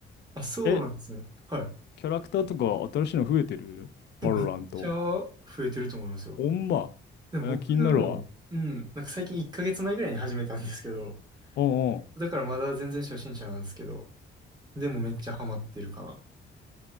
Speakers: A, on the right (about 20°); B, on the left (about 60°).
A: あ、そうなんですね。
B: え、
A: はい。
B: キャラクターとか新しいの増えてるバロラント。
A: えめっちゃ増えてると思いますよ。
B: ほんま。
A: でも僕も、
B: あ、気になるわ。
A: うん、なんか最近1ヶ月前ぐらいに始めたんですけど、
B: うんうん。
A: だからまだ全然初心者なんですけど、でもめっちゃハマってるかな。